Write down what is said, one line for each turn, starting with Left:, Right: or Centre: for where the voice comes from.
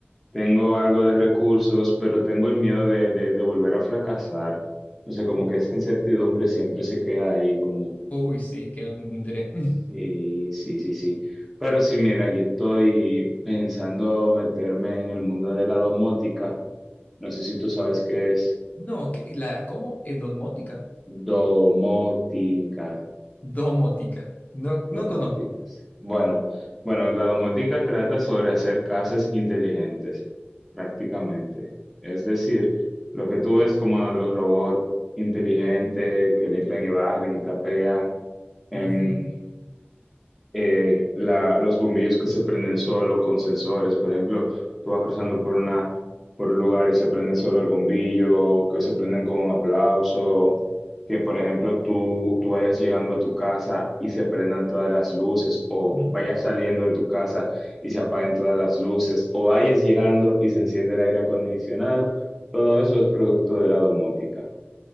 Centre: tengo algo de recursos, pero tengo el miedo de, de, de volver a fracasar. No sé, como
Left: mm.
Centre: que esa incertidumbre siempre se queda ahí, como,
Left: uy, sí, que no tendré. <laughs>
Centre: sí, sí, sí, sí. Pero sí, mira, yo estoy pensando meterme en el mundo de la domótica. No sé si tú sabes qué es
Left: No, que, la, ¿cómo? ¿Es domótica?
Centre: domótica.
Left: Domótica. No,
Centre: Domóticas.
Left: no conozco.
Centre: Bueno, bueno, la domótica trata sobre hacer casas inteligentes, prácticamente. Es decir, lo que tú ves como los robots inteligentes que limpian y barren y trapean, em,
Left: Ujú.
Centre: eh, la- los bombillos que se prenden solo con sensores. Por ejemplo, tú vas cruzando por una, por un lugar y se prende solo el bombillo, que se prenden con un aplauso, que por ejemplo tú, tú vayas llegando a tu casa y se prendan todas las luces, o
Left: Mm.
Centre: vayas saliendo de tu casa y se apaguen todas las luces, o vayas llegando y se enciende el aire acondicionado. Todo eso es producto de la domótica.